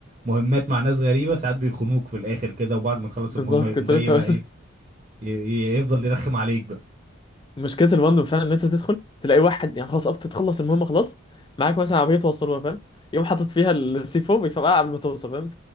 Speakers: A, on the right; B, on the left.
A: مهمات مع ناس غريبة ساعات بيخونوك في الاخر كده وبعد ما تخلص
B: بالظبط
A: المهمة يقوم
B: كنت
A: جاي
B: لسه
A: بقى
B: هقول
A: ايه
B: لك
A: ي- ي- يفضل يرخم عليك بقى
B: مشكله المندوب فعلا ان انت تدخل تلاقي واحد يعني خلاص قفت تخلص المهمه خلاص معاك مثلا عربيه توصلوها فاهم يقوم حاطط فيها السي 4 بيفرقع قبل ما توصل فاهم